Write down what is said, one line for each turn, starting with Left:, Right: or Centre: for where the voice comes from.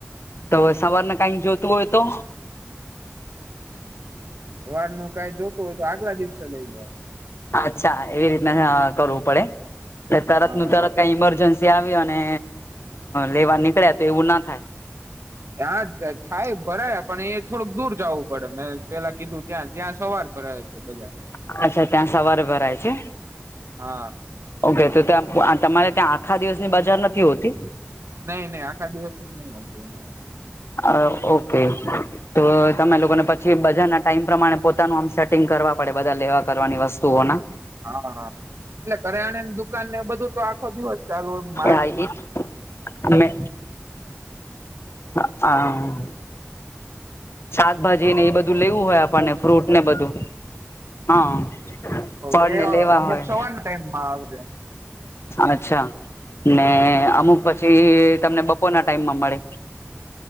Left: તો સવારને કઈ જોતું હોય તો
Right: વાર નું કાઈ જોતું હોય તો આગલા દિવસે લઈ જવા
Left: અચ્છા એવી રીતના કરવું પડે તરત
Right: હા
Left: નું તરત કઈ ઇમરજન્સી આવ અને લેવા નીકળ્યા તો એવું ના થાય.
Right: ત્યાં જ થાય ભરાયા પણ એ થોડુંક દૂર જવું પડે મેં પેલા કીધું ત્યાં જ ત્યાં સવાર પર આવે છે બધા
Left: અચ્છા ત્યાં સવારે ભરાય છે
Right: હા
Left: ઓકે તો ત્યાં તમારે ત્યાં આખા દિવસની બજાર નથી હોતી.
Right: નહી નહી આખા દિવસની નહી હોતું અમારી
Left: હ ઓકે તો તમે લોકોને પછી બજારના ટાઈમ પ્રમાણે પોતાનું આમ સેટિંગ કરવા પડે બધા લેવા કરવાની વસ્તુ તોના
Right: હા હા એટલે કર્યાણેને દુકાનને બધું તો આખો દિવસ ચાલુય મા
Left: <unintelligible> અને <unintelligible> શાકભાજીને એ બધું લેવું હોય આપણને ફ્રૂટને બધું હા ફળ
Right: હ એ
Left: ને લેવા
Right: અમુક
Left: હોય
Right: સવાર ટાઈમમાં આવે છે.
Left: અચ્છા ને અમુક પછી તમને બપોરના ટાઈમમાં મળે.